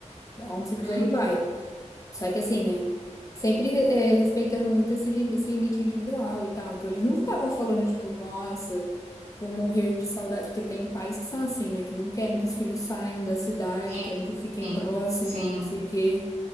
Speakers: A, on the left; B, on the right.
A: aonde você quiser
B: Uhum.
A: ir, vai. Só que assim, né, sempre é, respeitando muito esse, lim- esse limite individual e tal. Então, eles não ficavam falando, tipo, nossa, vou morrer de saudade, porque tem pais que são assim, né, que não querem que os filhos saiam da cidade,
B: Sim,
A: querem que fiquem
B: sim,
A: próximos,
B: sim.
A: não sei o quê.